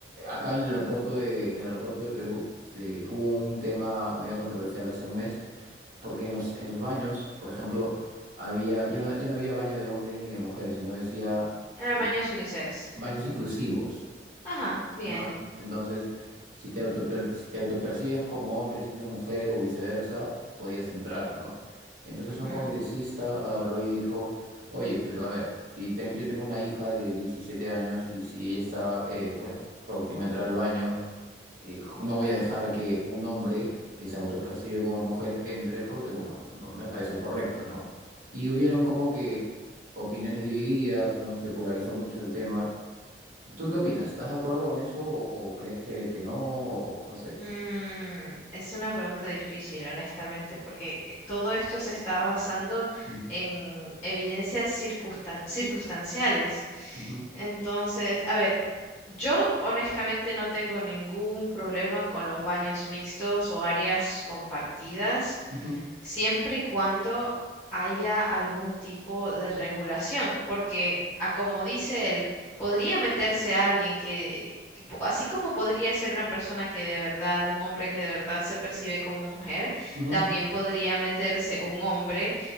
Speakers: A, on the right; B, on the left.
A: acá en el aeropuerto de, en el aeropuerto de Perú se, hubo un tema medio controversial hace un mes, porque en los, en los baños, por ejemplo, había, ya no, ya no había baño de hombre ni de mujer, sino decía
B: Aramaño
A: eh,
B: es unisex.
A: baños inclusivos.
B: Ajá, bien.
A: No, entonces, si te autoper- si te autopercibes como hombre siendo mujer o viceversa, podías entrar, ¿no? Entonces
B: Ujú.
A: un congresista, ah, Roy, dijo, oye, pero a ver, si ten- yo tengo una hija de 17 años y si ella está, eh, bueno, próxima a entrar al baño, eh, no voy a dejar que un hombre que se autopercibe como mujer entre porque, bueno, no me parece correcto, ¿no? Y hubieron como que opiniones divididas, ¿no? Se polarizó mucho el tema. ¿Tú qué opinas? ¿Estás de acuerdo con eso o, o crees que, que no? O no sé.
B: Mm, es una pregunta difícil, honestamente, porque eh, todo esto se está basando
A: Ujú,
B: en evidencias circunstan- circunstanciales.
A: ujú,
B: Entonces, a ver, yo honestamente no tengo ningún problema con los baños mixtos o áreas compartidas,
A: ujú,
B: siempre y cuando haya algún tipo de regulación, porque a como dice él, podría meterse alguien que po- así como podría ser una persona que de verdad, un hombre que de verdad se percibe como mujer,
A: ujú.
B: también podría meterse un hombre